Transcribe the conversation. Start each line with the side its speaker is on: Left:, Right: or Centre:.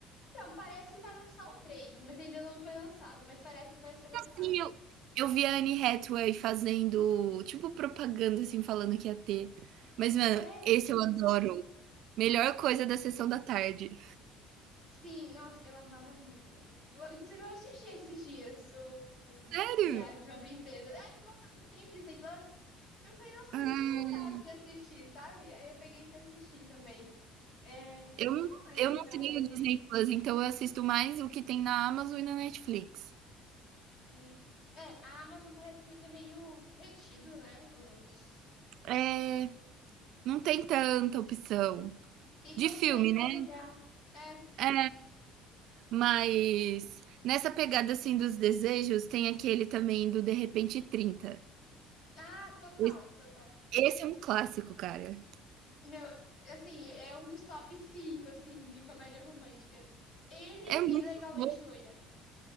Left: Então, parece que vai lançar o 3 mas ainda não foi lançado, mas parece que vai ser lançado.
Right: Sim, eu eu vi a Anne Hathaway fazendo, tipo, propaganda, assim, falando que ia ter. Mas, mano,
Left: É,
Right: esse
Left: uhum.
Right: eu adoro. Melhor coisa da sessão da tarde.
Left: sim, nossa, eu amava muito. Eu- Inclusive, eu assisti esses dias o o
Right: Sério?
Left: Diário de uma Princesa. É, deu vontade, eu tenho Disney Plus. Eu falei, nossa,
Right: Ah.
Left: que vontade de assistir, sabe? Aí eu peguei pra assistir também. É,
Right: Eu não
Left: e qual mais,
Right: eu não
Left: cara?
Right: tenho Disney Plus, então eu assisto mais o que tem na Amazon e na Netflix.
Left: Hum, É, a Amazon parece meio que é meio retido, né? Os...
Right: É, não tem tanta opção.
Left: E
Right: De
Left: quando
Right: filme,
Left: tem é pra
Right: né?
Left: alugar. É,
Right: É, mas nessa pegada assim dos desejos, tem aquele também do De Repente trinta.
Left: ah, total,
Right: Esse,
Left: total.
Right: esse é um clássico, cara.
Left: Meu, assim, é um dos top 5 assim, de comédia romântica. Ele
Right: É muito
Left: e Legalmente
Right: bom.
Left: Loira.